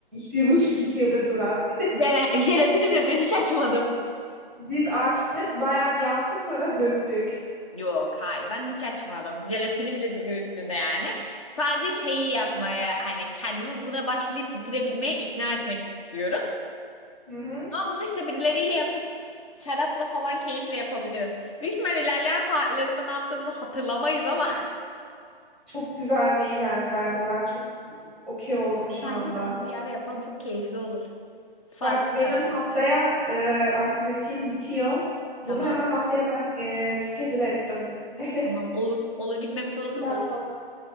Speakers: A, in the centre; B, on the left.
A: bir buçuk iki yıldır duran.
B: Ben jelatini bile diyor hiç açmadım.
A: Biz açtık, bayağı bir yaptık sonra döktük.
B: Yok hayır ben hiç açmadım. Jelatini bile duruyor üstünde yani. Sadece şeyi yapmaya hani kendimi buna başlayıp bitirebilmeye ikna etmek istiyorum.
A: Hı hı.
B: Ama bunu işte birileriyle yapıp şarapla falan keyifle yapabiliriz. Büyük ihtimal ilerleyen saatlerinde ne yaptığımızı hatırlamayız ama
A: Çok güzel bir event bence. Ben çok okey oldum
B: <laughs>
A: şu
B: bence
A: anda.
B: de bunu bir yere yapalım çok keyifli olur. Farklı
A: Bak benim
B: bir aktivite.
A: haftaya e, antibiyotiğim bitiyor.
B: Tamam.
A: Bunu hemen haftaya ben e, schedule ettim. <laughs>
B: Tamam olur. Olur gitmemiş olursak
A: Planladım.
B: olur.